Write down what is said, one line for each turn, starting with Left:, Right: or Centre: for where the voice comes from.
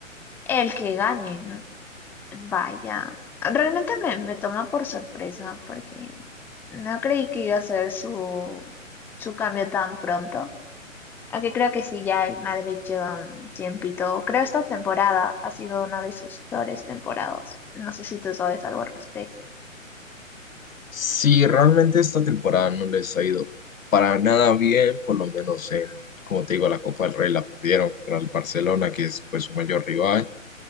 Centre: el que gane, Vaya, realmente me, me toma por sorpresa porque no creí que iba a ser su, su cambio tan pronto. Aunque creo que sí, ya el Madrid lleva un tiempito. Creo esta temporada ha sido una de sus peores temporadas. No sé si tú sabes algo al respecto.
Left: Si realmente esta temporada no les ha ido para nada bien, por lo menos en, como te digo, la Copa del Rey la perdieron contra el Barcelona, que es pues su mayor rival.